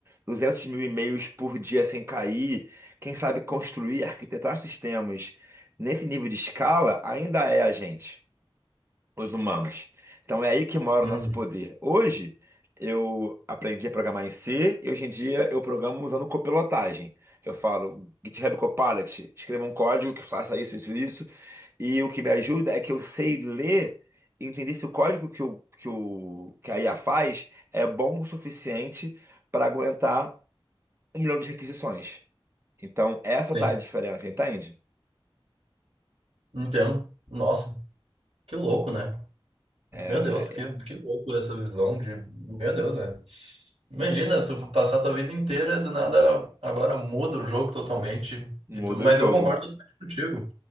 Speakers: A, on the right; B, on the right.
A: 200 mil e-mails por dia sem cair, quem sabe construir, arquitetar sistemas nesse nível de escala, ainda é a gente, os humanos. Então é aí que mora
B: Uhum,
A: o nosso poder. Hoje, eu aprendi a programar em C e hoje em dia eu programo usando copilotagem. Eu falo GitHub Copilot, escreva um código que faça isso, isso, isso. E o que me ajuda é que eu sei ler e entender se o código que, o, que, o, que a IA faz é bom o suficiente para aguentar um milhão de requisições. Então, essa
B: sim,
A: tá a diferença, entende?
B: entendo. Nossa, que louco, né?
A: É,
B: Meu Deus, que, que louco essa visão de... Meu Deus, né Imagina, tu passar tua vida inteira, do nada, agora muda o jogo totalmente
A: muda
B: e tu, mas
A: o jogo.
B: eu concordo totalmente contigo.